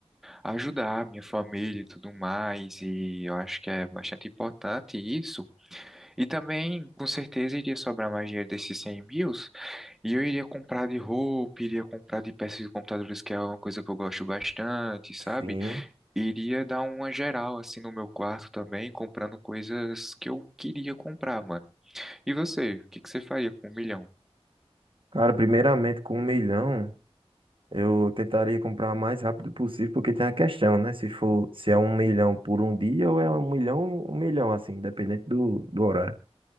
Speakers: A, in the centre; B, on the right (about 55°).
A: ajudar a minha família e tudo mais. E eu acho que é bastante importante isso. E também, com certeza, iria sobrar mais dinheiro desses 100 mil e eu iria comprar de roupa, iria comprar de peças de computadores, que é uma coisa que eu gosto bastante, sabe?
B: Sim.
A: Iria dar uma geral assim no meu quarto também, comprando coisas que eu queria comprar, mano. E você, o que que você faria com um milhão?
B: Cara, primeiramente, com um milhão, eu tentaria comprar o mais rápido possível, porque tem a questão, né? Se for, se é um milhão por um dia ou é um milhão, um milhão, assim, independente do, do horário.